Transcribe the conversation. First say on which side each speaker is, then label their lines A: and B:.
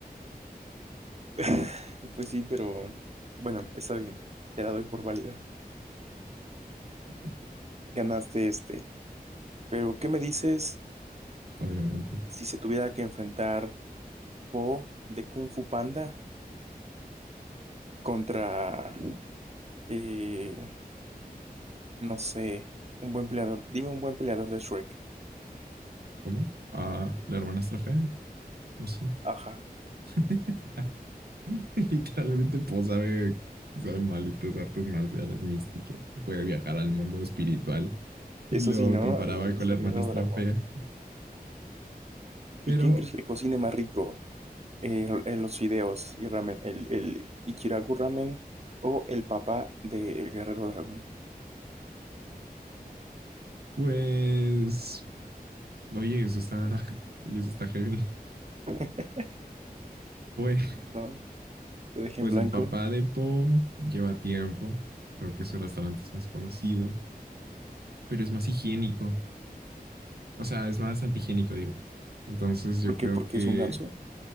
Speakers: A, on the right (about 40°); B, on the right (about 80°).
A: <laughs> Pues sí, pero bueno, está bien. Te la doy por válida.
B: <laughs>
A: Ganaste este. Pero, ¿qué me dices
B: Obviamente.
A: si se tuviera que enfrentar Po de Kung Fu Panda contra, eh, no sé, un buen peleador? Dime un buen peleador de Shrek.
B: ¿Cómo? Ah, la hermanastra fea, no sé.
A: Ajá.
B: <laughs> Literalmente, pues sabe, sabe malitas artes marciales místicas. Puede viajar al mundo espiritual y
A: Eso
B: lo
A: sí, ¿no?
B: comparaba
A: Es
B: con la
A: el
B: hermanastra
A: guerrero dragón.
B: fea.
A: ¿Y
B: Pero,
A: quién crees que cocine más rico? Eh, eh, los fideos y ramen. ¿El, el Ichiraku ramen o el papá del guerrero dragón?
B: pues, Oye, eso está, <laughs> oye, eso está heavy.
A: <laughs>
B: Pues,
A: No, te dejé
B: pues
A: en blanco.
B: el papá de Po lleva tiempo. Creo que su restaurante es más conocido, pero es más higiénico. O sea, es más antihigiénico, digo. Entonces yo
A: ¿Por
B: creo
A: qué? Porque
B: que...
A: es un ganso.